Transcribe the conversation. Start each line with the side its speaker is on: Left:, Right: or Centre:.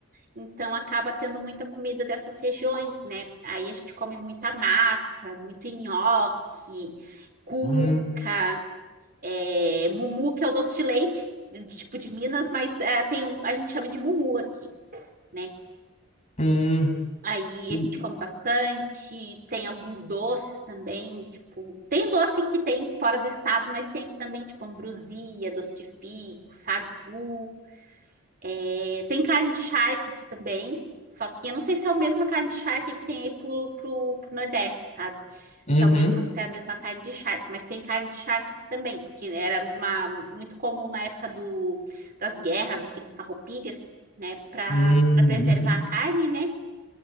Right: Então acaba tendo muita comida dessas regiões, né? Aí a gente come muita massa, muito nhoque, cuca,
Left: hum,
Right: é, mumu, que é o doce de leite, tipo de Minas, mas é, tem, um- a gente chama de mumu aqui, né?
Left: hum.
Right: Aí
Left: Hum,
Right: a gente come bastante, tem alguns doces também, tipo, tem doce que tem fora do estado, mas tem aqui também, tipo, ambrosia, doce de fico, sagu, É, tem carne de charque aqui também, só que eu não sei se é a mesma carne de charque que tem aí pro, pro, pro Nordeste, sabe?
Left: Uhum.
Right: Se é a mesma, se é a mesma carne de charque, mas tem carne de charque aqui também, porque era uma, muito comum na época do, das guerras aqui dos farroupilhas, né, para
Left: Hum,
Right: preservar
Left: uhum.
Right: a carne, né?